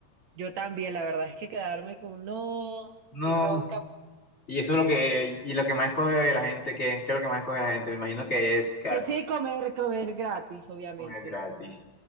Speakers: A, on the right; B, on the left.
A: Yo también, la verdad es que quedarme con no,
B: No.
A: si ronca.
B: Y eso es lo que, y lo que más escoge la gente, ¿qué, qué es lo que más escoge la gente? Me imagino que es quedarse
A: Que sí,
B: a
A: comer, comer gratis, obviamente.
B: comer gratis.